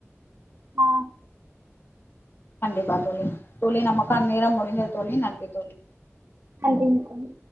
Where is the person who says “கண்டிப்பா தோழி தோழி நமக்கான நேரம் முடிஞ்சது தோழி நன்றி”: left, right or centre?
Left